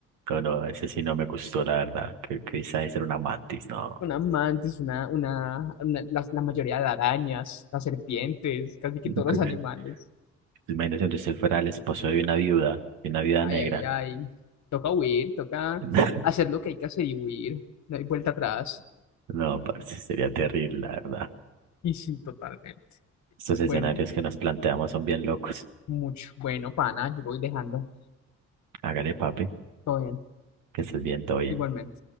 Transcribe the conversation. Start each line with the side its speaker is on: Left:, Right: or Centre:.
Right: no, no, ese sí no me gustó, la verdad. Que quizás era una mantis, no.
Left: Una mantis, una, una, una- las- la mayoría de arañas, las serpientes, casi que
Right: <laughs>
Left: todos los animales.
Right: Imagínate si usted fuera el esposo de una viuda, de una viuda
Left: Ay,
Right: negra.
Left: ay, ay. Toca huir, toca
Right: <laughs>
Left: hacer lo que hay que hacer y huir. No hay vuelta atrás.
Right: No, parce, sería terrible, la verdad.
Left: Y sí, totalmente.
Right: Estos
Left: Bueno,
Right: escenarios que nos planteamos son bien locos.
Left: mucho. Bueno, pana, yo lo voy dejando.
Right: Hágale, papi,
Left: Todo bien,
Right: que estés bien, todo bien.
Left: igualmente.